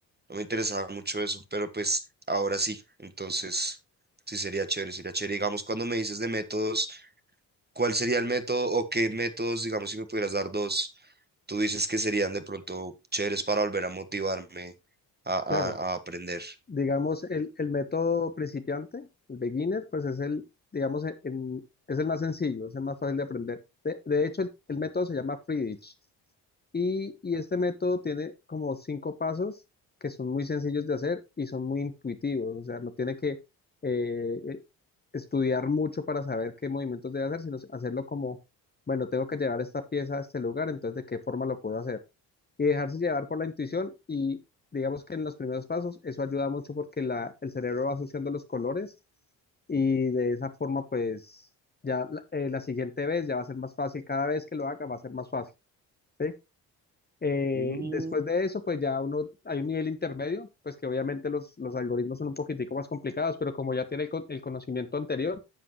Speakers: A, on the right; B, on the left.
A: no me interesaba mucho eso, pero pues ahora sí. Entonces sí sería chévere, sería chévere. Digamos, cuando me dices de métodos, ¿cuál sería el método o qué métodos, digamos, si me pudieras dar dos, tú dices que serían de pronto chéveres para volver a motivarme a, a
B: claro.
A: a aprender?
B: Digamos, el, el método principiante, el beginner, pues es el, digamos, e- en- es el más sencillo, es el más fácil de aprender. De, de hecho, el, el método se llama Friedrich y, y este método tiene como cinco pasos que son muy sencillos de hacer y son muy intuitivos, o sea, no tiene que eh, eh, estudiar mucho para saber qué movimientos debe hacer, sino hacerlo como, bueno, tengo que llevar esta pieza a este lugar, entonces, ¿de qué forma lo puedo hacer? y dejarse llevar por la intuición y digamos que en los primeros pasos eso ayuda mucho porque la, el cerebro va asociando los colores y de esa forma pues ya la eh, la siguiente vez ya va a ser más fácil, cada vez que lo haga va a ser más fácil, ¿sí? Eh,
A: Mm.
B: después de eso pues ya uno, hay un nivel intermedio, pues que obviamente los, los algoritmos son un poquitico más complicados, pero como ya tiene el, con- el conocimiento anterior,